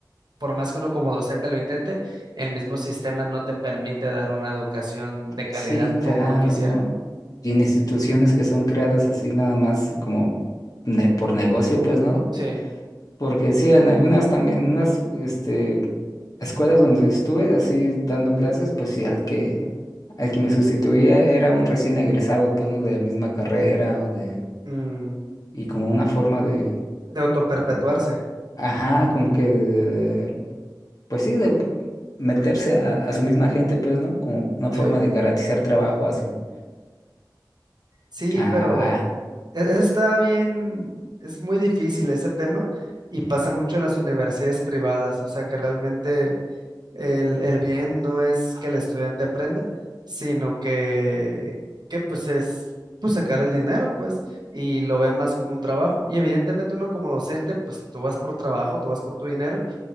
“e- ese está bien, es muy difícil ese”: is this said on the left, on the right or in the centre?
Right